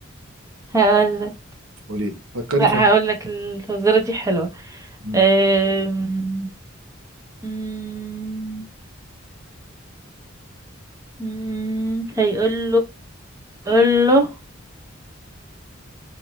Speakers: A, on the right (about 15°); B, on the right (about 75°).
A: هقول لك
B: قولي لي فكري
A: لا
B: فيها
A: هقول لك الفزوره دي حلوه
B: مم.
A: أم... مم. مم. هيقول له قول له